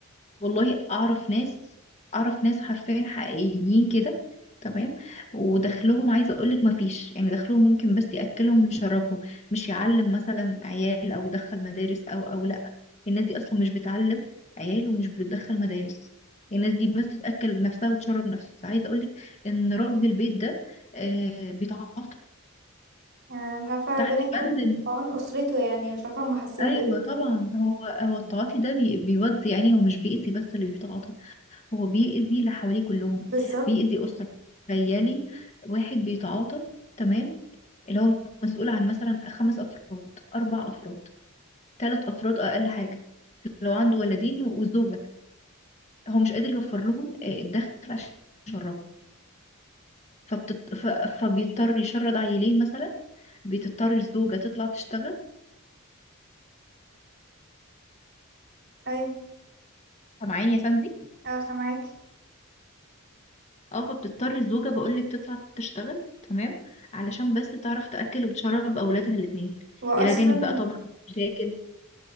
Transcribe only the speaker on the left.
والله اعرف ناس اعرف ناس حرفيا حقيقيين كده تمام ودخلهم عايزه اقول لك ما فيش يعني دخلهم ممكن بس ياكلهم ويشربهم مش يعلم مثلا عيال او يدخل مدارس او او لا الناس دي اصلا مش بتعلم عيال ومش بتدخل مدارس الناس دي بس تاكل نفسها وتشرب نفسها عايزه اقول لك ان رب البيت ده آه بيتعاطى
تحت
بند
ال-
ايوه
طبعا هو هو التعاطي ده بي بيودي يعني هو مش بيأذي بس اللي بيتعاطى هو بيأذي اللي حواليه كلهم
بيأذي أسرة تخيلي واحد بيتعاطى تمام اللي هو مسؤول عن مثلا خمس أفراد أربع أفراد ثلاث أفراد أقل حاجة لو عنده ولدين وزوجة هو مش قادر يوفر لهم آه، الدخل عشان يشربوا فبتط... ف... فبيضطر يشرد عيلين مثلا بتضطر الزوجة تطلع تشتغل
سامعاني يا سندي
اه فبتضطر الزوجة بقولك تطلع تشتغل تمام علشان بس تعرف تأكل وتشرب أولادها الاتنين
إلى جانب بقى طبعا مشاكل